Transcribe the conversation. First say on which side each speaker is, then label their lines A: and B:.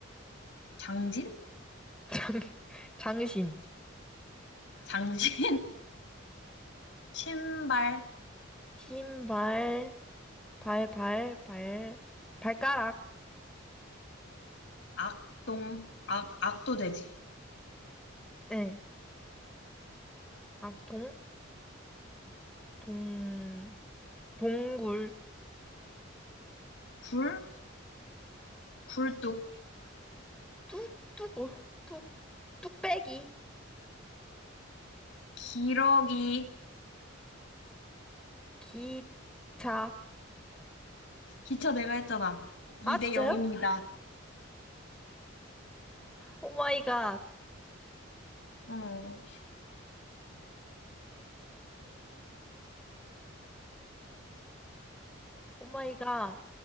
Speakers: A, on the left; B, in the centre.
A: 장진?
B: <laughs> 장, 장신,
A: 장신 신발,
B: 신발, 발, 발, 발, 발가락,
A: 악동, 악, 악도돼지,
B: 네. 아, 동, 동, 동굴,
A: 굴, 굴뚝,
B: 뚝, 뚝고, 뚝, 뚝배기,
A: 기러기,
B: 기차.
A: 기차 내가 했잖아.
B: 아,
A: 2대
B: 진짜요?
A: 0입니다.
B: 오마이갓,
A: 어,
B: 오마이갓.